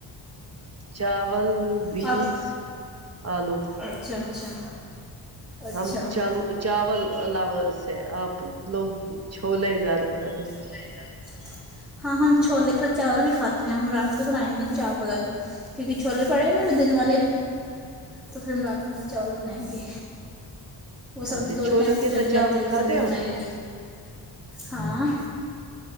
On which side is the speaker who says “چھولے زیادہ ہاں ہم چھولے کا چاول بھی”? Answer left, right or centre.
Centre